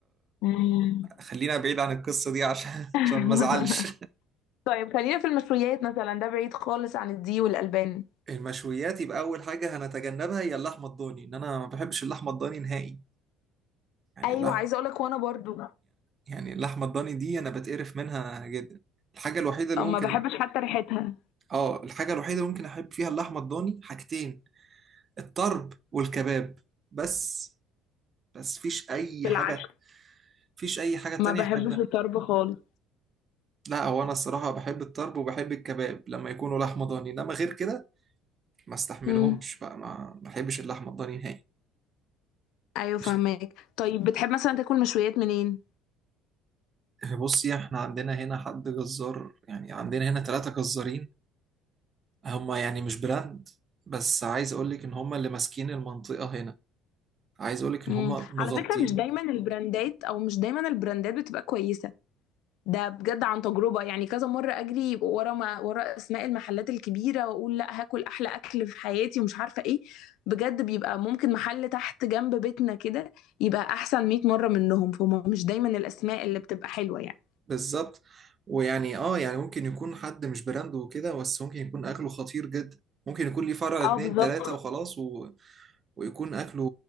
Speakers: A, on the left (about 65°); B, on the right (about 30°).
A: مم.
B: خلينا بعيد عن القصة دي عشان <laughs>
A: <laughs>
B: عشان ما ازعلش
A: طيب خلينا في المشويات مثلا ده بعيد خالص عن الدي والألبان
B: المشويات يبقى أول حاجة هنتجنبها هي اللحمة الضاني إن أنا ما بحبش اللحمة الضاني نهائي يعني
A: ايوه
B: لا
A: عايزه اقول لك وانا برضو
B: يعني اللحمة الضاني دي أنا بتقرف منها جدا الحاجة الوحيدة اللي
A: ما
B: ممكن
A: بحبش حتى ريحتها
B: آه الحاجة الوحيدة اللي ممكن أحب فيها اللحمة الضاني حاجتين الطرب والكباب بس بس فيش أي
A: بالعكس
B: حاجة فيش أي حاجة تانية
A: ما بحبش
B: أحبها
A: الطرب خالص
B: لا هو أنا الصراحة بحب الطرب وبحب الكباب لما يكونوا لحمة ضاني إنما غير كده ما استحملهمش
A: امم
B: بقى ما ما بحبش اللحمة الضاني نهائي
A: ايوه
B: ماشي
A: فهماك طيب بتحب مثلا تاكل مشويات منين
B: بصي احنا عندنا هنا حد جزار يعني عندنا هنا ثلاثة جزارين هما يعني مش براند بس عايز اقول لك ان هما اللي ماسكين المنطقة هنا عايز اقول لك ان
A: امم
B: هما مغطين
A: على فكره مش دايما البراندات او مش دايما البراندات بتبقى كويسه ده بجد عن تجربه يعني كذا مره اجري ورا ما ورا اسماء المحلات الكبيره واقول لا هاكل احلى اكل في حياتي ومش عارفه ايه بجد بيبقى ممكن محل تحت جنب بيتنا كده يبقى احسن 100 مره منهم فهم مش دايما الاسماء اللي بتبقى حلوه يعني
B: بالظبط ويعني اه يعني ممكن يكون حد مش براند وكده بس ممكن يكون اكله خطير جدا ممكن يكون ليه فرع
A: اه
B: اتنين
A: بالظبط
B: تلاتة وخلاص و... ويكون اكله